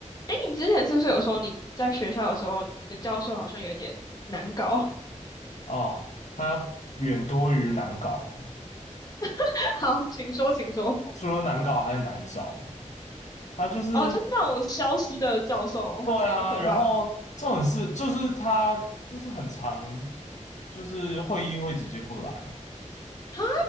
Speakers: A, on the left (about 30°); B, on the left (about 65°).
A: 哎，你之前是不是有说你在学校的时候，你的教授好像有点难搞？
B: 哦，它远多于难搞，
A: <laughs> 好，请说，请说。
B: 除了难搞还很难找。它就是
A: 哦，就是那种消失的教授，
B: 对啊，
A: 好可怕。
B: 然后这种事就是它就是很常，就是会议会直接不来，
A: 哈，